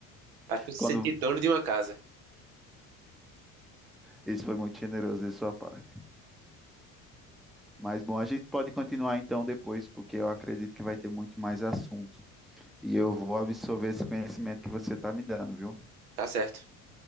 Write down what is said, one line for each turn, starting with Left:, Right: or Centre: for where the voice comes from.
Right: para tu se
Centre: quando
Right: sentir dono de uma casa,
Centre: isso foi muito generoso de sua parte. Mas bom, a gente pode continuar então depois, porque eu acredito que vai ter muito mais assunto. E eu vou absorver esse conhecimento que você tá me dando, viu?
Right: tá certo?